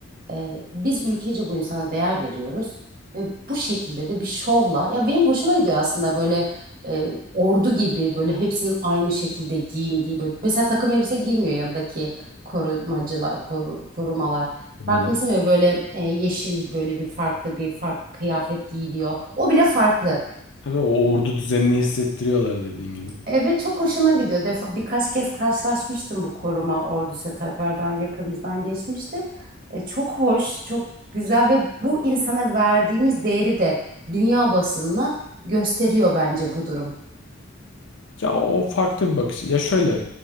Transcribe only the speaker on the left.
firmalar.
Tabii o ordu düzenini hissettiriyorlar dediğin gibi.
Ya o, o farklı bir bakış. Ya şöyle,